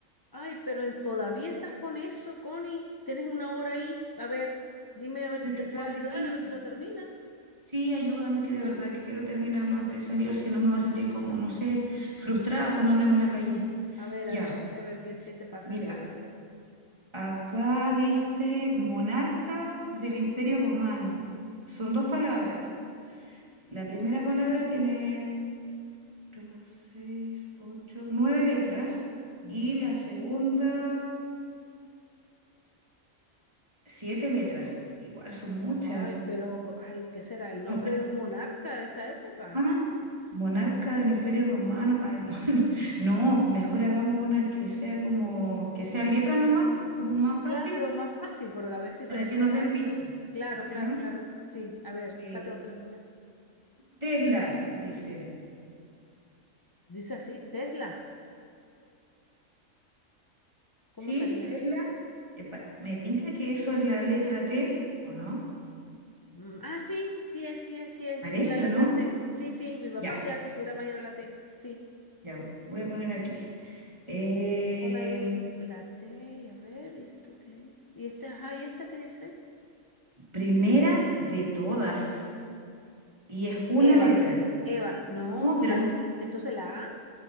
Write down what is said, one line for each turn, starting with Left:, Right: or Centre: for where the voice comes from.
Left: Ay, pero es- todavía estás con eso, Connie. Tienes una hora ahí. A ver, dime a ver
Right: Pero
Left: si
Right: es
Left: te
Right: que
Left: puedo
Right: está
Left: ayudar,
Right: difícil.
Left: a ver si lo terminas.
Right: Sí, ayúdame, que de verdad que quiero terminarlo antes de salir, o si no me va a sentir como, no sé, frustrada cuando andemos en la calle.
Left: A ver,
Right: Ya,
Left: a ver, dime a ver qué, qué te pasa,
Right: mira,
Left: qué falta.
Right: acá dice monarca del Imperio Romano. Son dos palabras. La primera palabra tiene dos, seis, ocho, nueve letras.
Left: Monarca.
Right: Y la segunda. Siete letras, igual son muchas.
Left: Ay, pero, ay, ¿qué será? ¿El nombre
Right: No, pero
Left: de un monarca de esa época?
Right: más, monarca del Imperio Romano, ay no, <laughs> no, mejor hagamos una que sea como, que sea letra nomás, como más
Left: Claro,
Right: fácil,
Left: más fácil, porque a ver si se
Right: para
Left: despeja
Right: que nos den
Left: esa.
Right: pistas,
Left: Claro, claro,
Right: ¿o no?
Left: claro. Sí, a ver,
Right: Eh,
Left: búscate otra, a ver.
Right: Tesla, dice,
Left: Dice así, Tesla. ¿Cómo
Right: ¿sí?
Left: sería?
Right: Tesla, eh, pa- me tinca que eso es la letra T, ¿o no?
Left: Mm, ah, sí, sí es, sí es, sí es.
Right: ¿Parece
Left: Es la letra
Right: o no?
Left: T. Sí, sí, mi papá
Right: Ya,
Left: se acostumbraba a ir a la T. Sí.
Right: ya, voy a poner aquí. Em,
Left: Pon ahí la T y a ver, ¿y esto qué es? ¿Y esta, ajá, ¿y esta qué dice?
Right: primera de todas, y es una
Left: Eva.
Right: letra.
Left: Eva. No,
Right: No, pero
Left: la,
Right: es
Left: entonces la A.